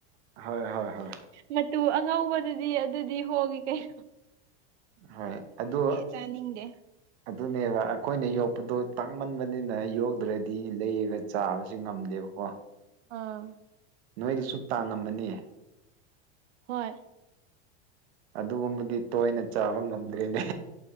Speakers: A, on the right; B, on the right.
A: ꯍꯣꯏ ꯍꯣꯏ ꯍꯣꯏ
B: ꯃꯇꯨ ꯑꯉꯧꯕꯗꯨꯗꯤ ꯑꯗꯨꯗꯤ ꯍꯣꯡꯉ ꯀꯩꯅ
A: ꯍꯣꯏ ꯑꯗꯨ
B: ꯆꯥꯅꯤꯡꯗꯦ
A: ꯑꯗꯨꯅꯦꯕ ꯑꯩꯈꯣꯏꯅ ꯌꯣꯛꯄꯗꯣ ꯇꯥꯡꯃꯟꯕꯅꯤꯅ ꯌꯣꯛꯗ꯭ꯔꯗꯤ ꯂꯩꯔꯒ ꯆꯥꯕꯁꯤ ꯉꯝꯗꯦꯕꯀꯣ
B: ꯑꯥ
A: ꯅꯣꯏꯗꯁꯨ ꯇꯥꯡꯉꯝꯃꯅꯤ
B: ꯍꯣꯏ
A: ꯑꯗꯨꯒꯨꯝꯕꯗꯤ ꯇꯣꯏꯅ ꯆꯥꯕ ꯉꯝꯗ꯭ꯔꯦꯅꯦ